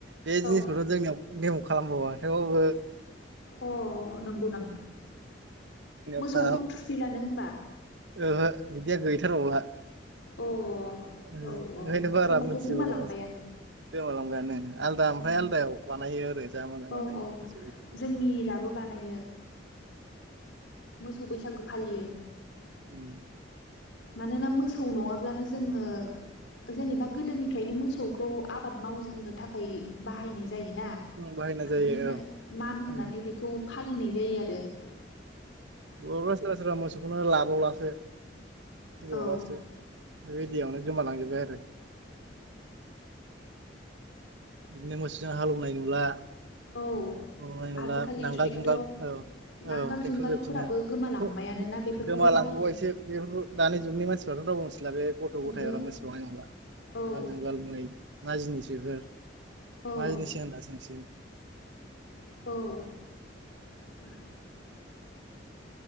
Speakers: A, on the right; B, on the left.
A: बे
B: औ
A: जिनिसखौथ' जोंनियाव नेम खालामबावा थेवबो
B: अ नंगौ नामा मोसौखौ
A: <unintelligible>
B: थुखैलानो होमबा
A: ओहो बिदिया गैथारबावला।
B: अ
A: ओंखायनो
B: औ औ
A: बारा
B: होनबाथ'
A: मिथिबावलासो
B: गोमालांबायानो।
A: गोमालांबायानो आलदा ओमफ्राय
B: उम
A: आलदायाव बानायो आरो जा मोजां
B: औ
A: बानायो
B: औ जोंनि
A: <unintelligible>
B: जाबो बानायो ओं मोसौ बैसागो फालियो।
A: औ
B: मानोना मोसौ नङाब्लानो जोङो जेनेबा गोदोनि फ्रायनो मोसौखौ आबाद मावजेननो थाखाय बाहायनाय जायोना
A: बाहायनाय
B: ओंखायनो
A: जायो
B: दा मान होनानै
A: औ
B: बेखौ फालिनाय जायो आरो। <inaudible>
A: बा सोरबा सोरबा मोसौखौनो लाबावलासो फिसिबावलासो
B: औ
A: बेबायदि यावनो गोमालांजोबबाय आरो बिनो मोसौ जों हालौवनाय नुला
B: औ
A: <unintelligible> नुला
B: आजिखालि
A: नांगाल
B: ट्रेक्टर
A: जुंगाल औ औ
B: नांगोल
A: ट्रेक्टर
B: जुंगालफोराबो
A: जोबसै
B: गोमालांबायानोना
A: <unintelligible>
B: बेफोरखौबो
A: गोमालांबावो
B: बाहायला
A: एसे बे दानि जुगनि मानसिफ्रा बाव मोनथिला बे गथ'
B: ओहो
A: गथाय मोनथिबावनाय नंला।
B: औ
A: नांगाल जुंगाल मै मा जिनिस बेफोर मा
B: औ
A: जिनिसै होनना सोंसिगोन।
B: औ <inaudible>